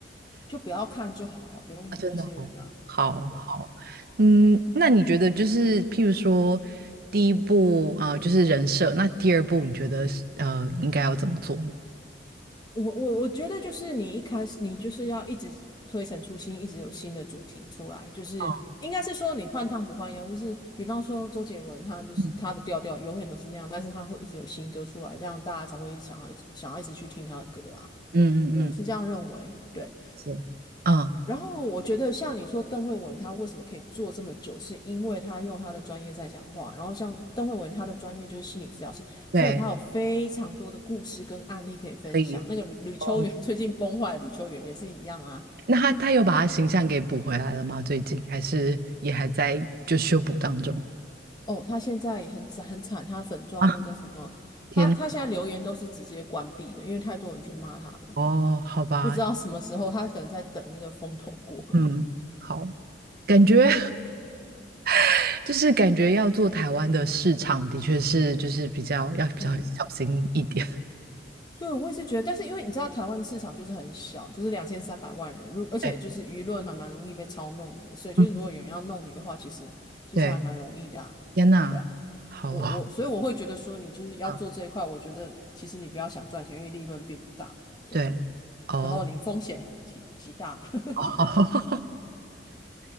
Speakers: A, on the left; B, on the right.
A: 就不要看就好了，不用理那些人啊。
B: 啊，真的好，好好，
A: 对啊，
B: 嗯，那你觉得就是譬如说第一步啊、呃就是人设，那第二步你觉得是呃应该要怎么做呢？
A: 我我我觉得就是你一开始你就是要一直推陈出新，一直有新的主题出来，就是应该是说你换汤不换药，
B: 哦，
A: 就是比方说周杰伦他就是他的调调永远都是那样，
B: 嗯，
A: 但是他会一直有新歌出来，这样大家才会想要想要一直去听他的歌啊，
B: 嗯嗯嗯
A: 我是这样认为，对。
B: 行，嗯，
A: 然后我觉得像你说邓慧文，她为什么可以做这么久，是因为她用她的专业在讲话。然后像邓慧文，她的专业就是心理治疗师，
B: 对，
A: 所以她有非常多的故事跟案例可以分享。
B: 可以
A: 那个吕秋远
B: 哦。
A: <laughs> 最近崩坏，吕秋远也是一样啊。
B: 那他他有把他形象给补回来了吗？最近还是也还在就修补当中
A: 哦，她现在也很惨很惨，她粉钻那个什么，
B: 啊？天呐
A: 她她现在留言都是直接关闭的，因为太多人去骂她了。
B: 哦，好吧，
A: 不知道什么时候她可能在等那个风头过。
B: 嗯，
A: <laughs>
B: 好，感觉 <laughs> 就是感觉要做台湾的市场，的确是就是比较要比较小心一点。
A: 嗯，
B: <laughs>
A: 对，我也是觉得，但是因为你知道台湾的市场就是很小，就是两千三百万人，如而且就是舆论还蛮容易被操弄的，
B: 对，
A: 所以就是如果有人要弄你的话，
B: 嗯，
A: 其实其实还蛮容易的啊，
B: 对，天呐，
A: 对啊，
B: 好，
A: 我我所以我会觉得说你就是要做这一块，
B: 嗯，
A: 我觉得其实你不要想赚钱，因为利润并不大，对，
B: 对，哦，
A: 然后你风险也挺极大的，
B: <laughs>